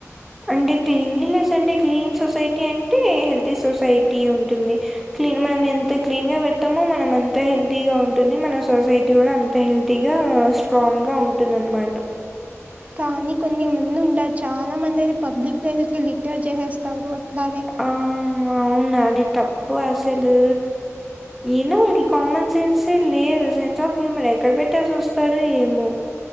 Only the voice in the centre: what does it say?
అంటే క్లీన్లస్ అంటే క్లీన్ సొసైటీ అంటే హెల్తీ సొసైటీ ఉంటుంది క్లీన్ మనం ఎంత క్లీన్ గా పెడతామో మనం అంత హెల్తీగా ఉంటుంది మన సొసైటీ కూడా అంత హెల్తీగా గ స్ట్రాంగ్ గా ఉంటుంది అనమాట
ఆ అవును అది తప్పు అసలు ఏనో వాళ్ళకి కామన్ సెన్స లేదు సెన్స్ ఆఫ్ హ్యూమర్ ఎక్కడ పెట్టేసి వస్తారు ఏమో